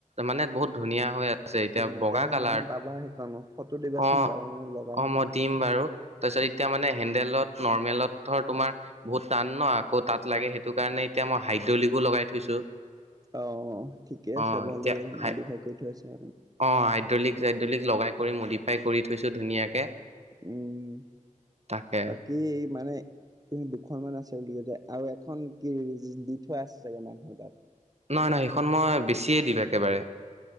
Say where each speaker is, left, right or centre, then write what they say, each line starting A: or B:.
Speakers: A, on the right; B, on the right.
A: মানে বহুত ধুনীয়া হৈ আছে এতিয়া
B: উম,
A: বগা
B: তেনে
A: কালাৰ
B: দাম পাবা সেইখনত ফটো দিবাচোন
A: অ
B: বাৰু মই লগাম।
A: অ মই দিম বাৰু তাৰপিছত এতিয়া মানে হেডেলত নৰ্মেলত তোমাৰ বহুত টান ন আকৌ তাত লাগে সেইটো কাৰণে এতিয়া মই হাইড্ৰলিকো লগাই থৈছো।
B: অ ঠিকে
A: অ
B: আছে ভালেই
A: এতিয়া হাই
B: মডিফাই কৰি থৈচা।
A: অ হাইড্ৰলিক ল লগাই কৰি মডিফাই কৰি থৈছোঁ ধুনীয়াকে।
B: উম
A: তাকে
B: বাকী মানে তুমি দুখন মান আছ। ল আৰু এখন কি হ দি থোৱা আছে চাগে মানুহৰ তাত
A: নহয় নহয় সেইখন মই বেছিয়ে দিলো একেবাৰে।